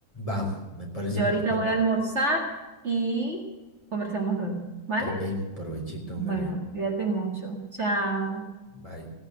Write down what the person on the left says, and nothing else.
Va, me parece
perfecto.
Ok, provechito,
Mary.
Bye.